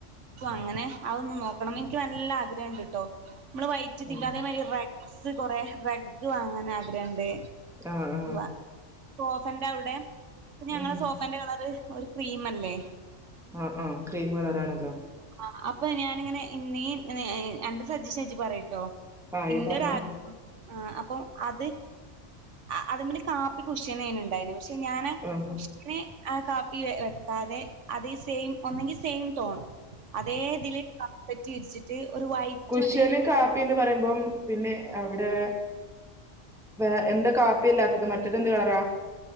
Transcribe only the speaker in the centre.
ഉം
ആഹ്
ഉം
ആഹ് ആഹ് ക്രീം കളറ ആണല്ലോ
ആ ഇയ്യ്
പറഞ്ഞോ
ആ
കുശന്
കാപ്പിന്ന് പറയുമ്പം പിന്നെ അവിടെ വേ എന്താ കാപ്പില്ലാത്തത് മറ്റേത് എന്ത് കളറ